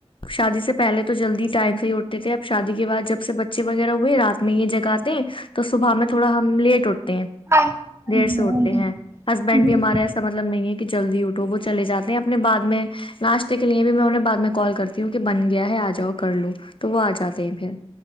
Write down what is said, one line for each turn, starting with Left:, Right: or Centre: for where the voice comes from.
Left: شادی سے پہلے تو جلدی ٹائم سے ہی اٹتے تھے اب شادی کے بعد جب سے بچے وغیرہ ہوئےات میں یہ جگاتے تو صبح میں تھوڑا ہم لیٹ اٹھتے ہیں
Right: ہاں جی
Left: دیر سے اٹھتے
Right: ہاں جی
Left: ہیں
Right: ہاں جی
Left: ہسبینڈ
Right: جی
Left: بھی
Right: جی
Left: ہمارا ایسا مطلب نہیں ہے کہ جلدی اٹھو وہ چل جاتے ہیں اپنے بد میں ناشتے کے لیے بھی میں انہیں بع میں کال کرتی ہ کیونکہ بن گیا ہے آ جاؤ کر لو تو وہ آ جاتے ہیں پھر